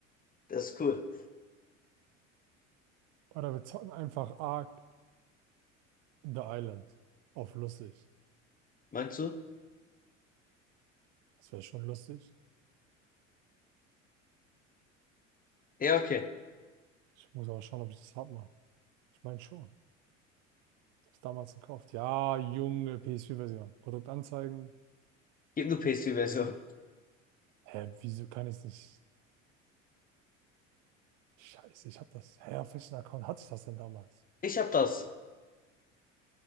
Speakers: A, on the left; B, on the right.
A: das ist cool.
B: Oder wir zocken einfach Ark The Island auf lustig.
A: Meinst du?
B: Das wäre schon lustig.
A: Ja, okay.
B: Ich muss aber schauen, ob ich das hab, Mann. Ich meine schon. Ich hab's damals gekauft. Ja, junge PS4-Version. Produkt anzeigen.
A: Gib nur PS4-Version.
B: Hä, wieso kann ich nicht? Scheiße, ich hab das. Hä, auf welchen Account hatte ich das denn damals?
A: Ich hab das.